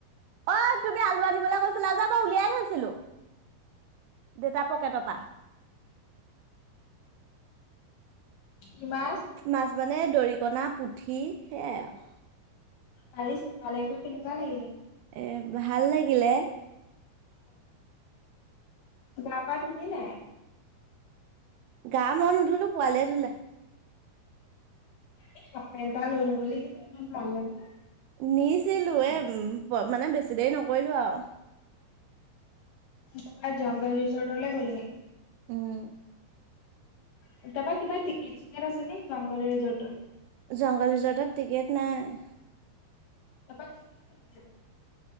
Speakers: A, on the right (about 80°); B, on the left (about 70°).
A: ঐ তুমি আলু আনিবলৈ কৈছিলা যে মই উলিয়াই থৈছিলো। দেউতা পকেটৰ পৰা
B: কিমান
A: মাছ মানে দৰিকনা, পুঠি সেইয়াই আৰু
B: কালি চাল এইবোৰ কেনেকুৱা লাগিলে
A: এ ভাল লাগিলে
B: গা পা ধুলি নাই
A: গা মই নুধলো পোৱালিয়ে ধুলে
B: এ হাফ পেন্ট এটা লৈ ল'ব লাগিব ইমান ভাল লাগিব
A: নিছিলো এ মানে বেছি দেৰি নকৰিলো আৰু
B: তোমাৰ জংঘল ৰিজৰ্টলৈ গ'লিগে
A: উম
B: তাৰপা কিবা টিকেট-চিকেট আছে নি জংঘলৰ ৰিজৰ্টত
A: জংঘল ৰিজৰ্টত টিকেট নাই
B: তাৰপা কি কি খাইছিলি ত